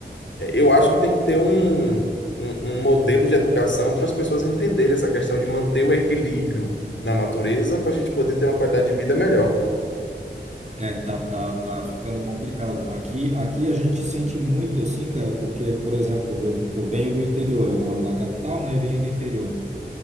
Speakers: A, on the left; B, on the right.
A: É, Eu acho que tem que ter um, um, um modelo de educação para as pessoas entenderem essa questão de manter o equilíbrio na natureza para a gente poder ter uma qualidade de vida melhor.
B: É, tá, tá, tá ficando complicado. Aqui, aqui a gente sente muito assim, cara, porque, por exemplo, eu, eu venho do interior, eu moro na capital, né, e venho do interior.